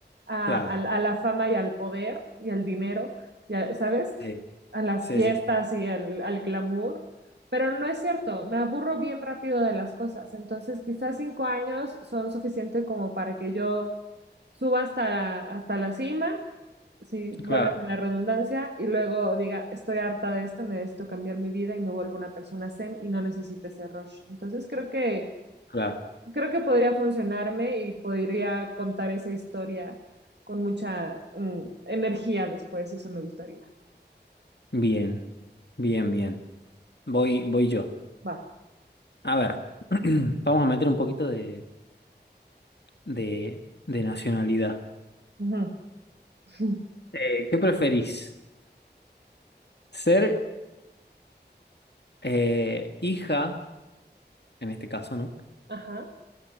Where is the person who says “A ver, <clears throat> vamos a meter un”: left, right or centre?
Left